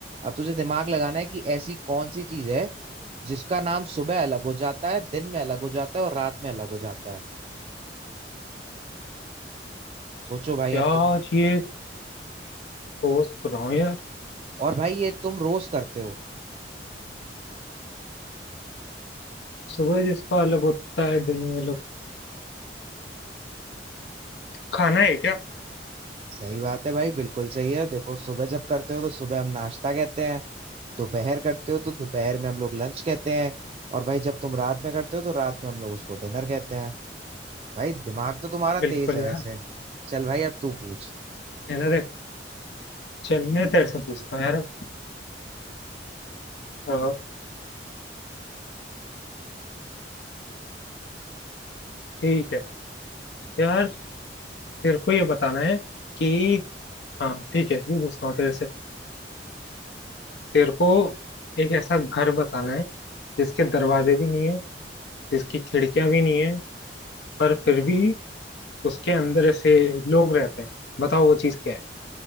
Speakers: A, on the right; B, on the left.
A: अब तुझे दिमाग लगाना है कि ऐसी कौन सी चीज है जिसका नाम सुबह अलग हो जाता है दिन में अलग हो जाता है और रात में अलग हो जाता है सोचो भाई
B: यार
A: अब तुम
B: ये सोच तो रहा हूँ यार
A: और भाई ये तुम रोज करते हो
B: सुबह जिसका अलग होता है दिन में लोग खाना है क्या
A: सही बात है भाई बिल्कुल सही है देखो सुबह जब करते हो तो सुबह हम नाश्ता कहते हैं दोपहर करते हो तो दोपहर में हम लोग लंच कहते हैं और भाई जब तुम रात में करते हो तो रात में हम लोग उसको डिनर कहते हैं भाई दिमाग तो तुम्हारा
B: बिल्कुल
A: तेज है
B: यार
A: वैसे चल भाई अब तू पूछ
B: है ना देख चल मैं तेरे से पूछता हूँ यार अ, ठीक है यार तेरे को ये बताना है कि हाँ ठीक है ये पूछता हूँ तेरे से तेरे को एक ऐसा घर बताना है जिसके दरवाजे भी नहीं है जिसकी खिड़कियां भी नहीं है पर फिर भी उसके अंदर ऐसे लोग रहते हैं बताओ वो चीज क्या है